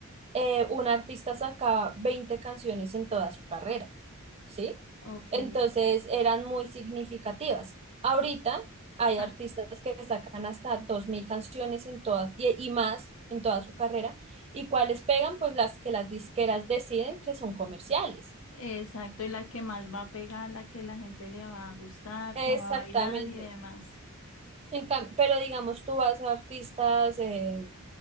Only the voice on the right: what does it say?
eh, un artista sacaba 20 canciones en toda su carrera. ¿sí?
Entonces eran muy significativas. Ahorita hay
artistas que sacan hasta 2.000 canciones en todas y, y más en toda su carrera. ¿Y cuáles pegan? Pues las que las disqueras deciden que son comerciales.
Exactamente.
En cam- pero digamos, tú vas a artistas, eh,